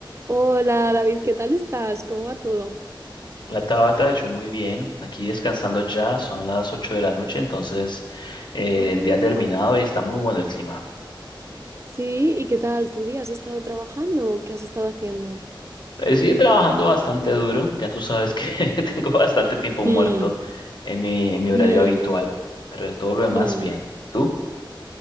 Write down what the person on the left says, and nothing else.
La Tabata, yo muy bien, aquí descansando ya, son las 8 de la noche, entonces eh,
el día ha terminado y está muy bueno el clima.
Eh, Sigue trabajando bastante duro, ya tú sabes que <laughs> tengo bastante tiempo
muerto en mi, en mi horario
habitual, pero de todo lo demás
bien. ¿Tú?